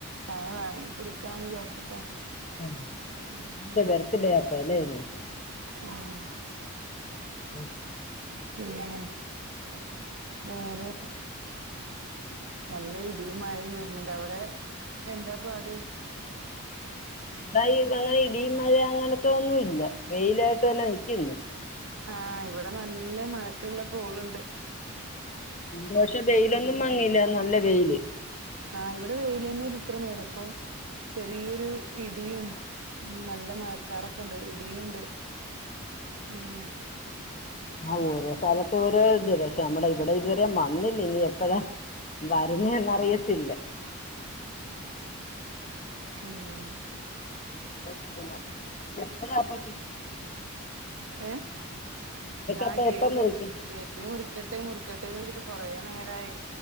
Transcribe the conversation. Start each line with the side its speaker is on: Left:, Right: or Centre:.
Right: ചായ വേണങ്കി കുടിക്കാന്ന് വിചാരിച്ചിട്ടാ
Left: ആ
Right: ഉം
Left: ന്റെ ബെർത്തി ഡ അപ്പ അല്ലേ ഇന്ന്
Right: ഉം <unintelligible>
Left: <unintelligible>
Right: ഉം വേറെ നല്ല ഇടിയും മഴയും വരുന്നുണ്ട് അവിടെ എന്താ പാട്
Left: അത അങ്ങനെ ഇടി മഴ അങ്ങനത്തെ ഒന്നും ഇല്ല വെയിലായിട്ട് തന്നെ നിക്കുന്നു
Right: ആ ഇവിടെ നല്ല മഴക്കുള്ള കോൾണ്ട്
Left: പക്ഷെ വെയിലൊന്നും മങ്ങീല്ല നല്ല വെയില്
Right: ആ ഇവിടെ വെയിലെനെ ഇത്ര നേരപ്പൊ ചെറിയൊരു ഇടിയും നല്ല മഴക്കാറൊക്കെ ഉണ്ട് ഇടിയുംണ്ട് ഉം
Left: ആ ഓരോ സ്ഥലത്തും ഓരോ ഇത്. പക്ഷേ നമ്മടെ
Right: ഉം
Left: ഇവടെ ഇതുവരേം വന്നില്ല ഇനി എപ്പഴാ വരുന്നേറിയത്തില്ല
Right: ഉം <unintelligible> ഇം
Left: എപ്പോഴാ അപ്പ
Right: ഏ ആ
Left: അപ്പൊ
Right: കേക്ക്
Left: എപ്പം മുറിക്കും
Right: കേക്ക് മുറിക്കട്ടെ മുറിക്കട്ടെന്ന് ച്ചിട്ട കൊറേ നേരമായി